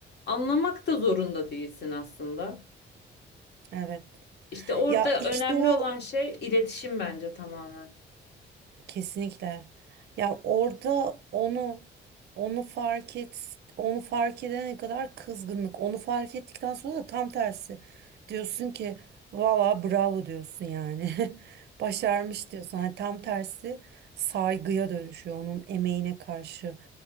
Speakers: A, on the left; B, on the right.
A: anlamak da zorunda değilsin aslında.
B: Evet.
A: İşte orada
B: Ya
A: önemli
B: işte o
A: olan şey iletişim bence tamamen.
B: Kesinlikle. Ya orada onu onu fark et onu fark edene kadar kızgınlık. Onu fark ettikten sonra da tam tersi. Diyorsun ki valla bravo diyorsun yani. <laughs> Başarmış diyorsun. Hani tam tersi saygıya dönüşüyor onun emeğine karşı.